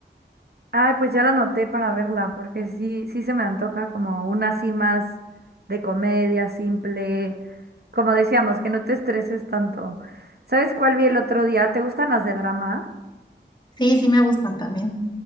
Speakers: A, on the right (about 60°); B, on the left (about 25°).
A: Ay, pues ya la anoté para verla, porque sí, sí se me antoja como una así más de comedia, simple, como decíamos, que no te estreses tanto. ¿Sabes cuál vi el otro día? ¿Te gustan las de drama?
B: Sí, sí me gustan también.